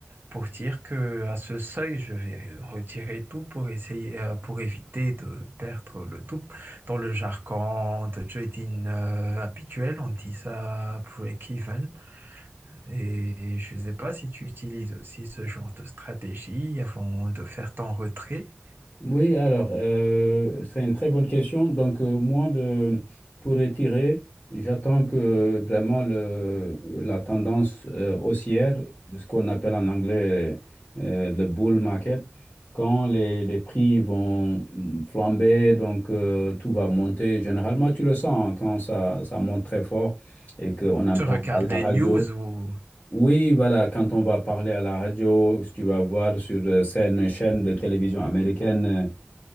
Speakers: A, on the right; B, on the left.
A: pour dire que à ce seuil, je vais retirer tout pour essayer, euh, pour éviter de perdre le tout. Dans le jargon de trading euh, habituel, on dit ça break-even. Et je ne sais pas si tu utilises aussi ce genre de stratégie avant de faire ton retrait.
B: Oui, alors, euh, c'est une très bonne question. Donc, euh, moi, le, pour retirer, j'attends que vraiment le, la tendance euh, haussière, ce qu'on appelle en anglais euh, le bull market, quand les, les prix vont mm, flamber, donc euh, tout va monter. Généralement, tu le sens hein, quand ça, ça monte très fort et qu'on en
A: Tu
B: parle
A: regardes
B: à la
A: les
B: radio.
A: news ou...
B: Oui, voilà, quand on va parler à la radio, si tu vas voir sur euh, certaines chaînes de télévision américaine, euh,